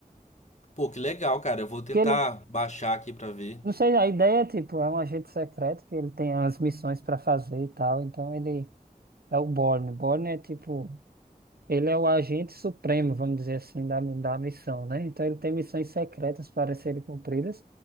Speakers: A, on the left (about 50°); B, on the right (about 80°).
A: Pô, que legal, cara. Eu vou tentar
B: Que ele,
A: baixar aqui pra ver.
B: não sei, a ideia é tipo, é um agente secreto que ele tem as missões para fazer e tal. Então ele é o Bourne. Bourne é tipo Ele é o agente supremo, vamos dizer assim, da, da missão, né? Então ele tem missões secretas para serem cumpridas.